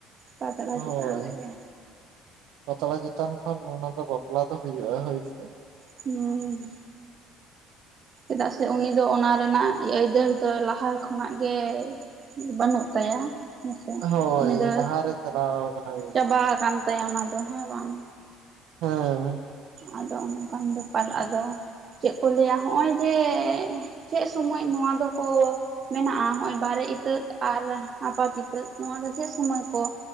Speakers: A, on the right; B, on the right.
A: ᱯᱟᱛᱲᱟ
B: ᱦᱳᱭ
A: ᱪᱮᱛᱟᱱ ᱨᱮᱜᱮ
B: ᱯᱟᱛᱲᱟ ᱪᱮᱛᱟᱱ ᱠᱷᱚᱱ ᱚᱱᱟ ᱫᱚ ᱵᱟᱯᱞᱟ ᱫᱚ ᱦᱩᱭᱩᱜᱼᱟ ᱦᱳᱭ ᱥᱮ
A: ᱦᱩᱸ ᱪᱮᱫᱟᱜ ᱥᱮ ᱩᱱᱤ ᱫᱚ ᱚᱱᱟ ᱨᱮᱱᱟᱜ ᱟᱹᱭᱫᱟᱹᱨ ᱫᱚ ᱞᱟᱦᱟ ᱠᱷᱚᱱᱟᱜ ᱜᱮ ᱵᱟᱹᱱᱩᱜ ᱛᱟᱭᱟ ᱦᱮᱸᱥᱮ
B: ᱦᱳᱭ
A: ᱩᱱᱤ ᱫᱚ
B: ᱞᱟᱦᱟᱨᱮ ᱪᱟᱞᱟᱣ ᱠᱟᱱᱟᱭ
A: ᱪᱟᱵᱟ ᱟᱠᱟᱱ ᱛᱟᱭᱟ ᱛᱟᱭ ᱚᱱᱟ ᱫᱚ ᱦᱮᱸ ᱵᱟᱝ
B: ᱦᱮᱸ
A: ᱟᱫᱚ ᱚᱱᱠᱟᱱ ᱵᱮᱯᱟᱞ ᱟᱫᱚ ᱪᱮᱫ ᱠᱚ ᱞᱟᱹᱭᱟ ᱦᱚᱜᱼ ᱚᱭ ᱡᱮ ᱪᱮᱫ ᱥᱚᱢᱚᱭ ᱱᱚᱣᱟ ᱫᱚᱠᱚ ᱢᱮᱱᱟᱜᱼᱟ ᱱᱚᱜᱼᱚᱭ ᱵᱟᱨᱮ ᱤᱛᱟᱹᱛ ᱟᱨ ᱟᱯᱟᱛ ᱤᱛᱟᱹᱛ ᱱᱚᱣᱟ ᱫᱚ ᱪᱮᱫ ᱥᱚᱢᱚᱭ ᱠᱚ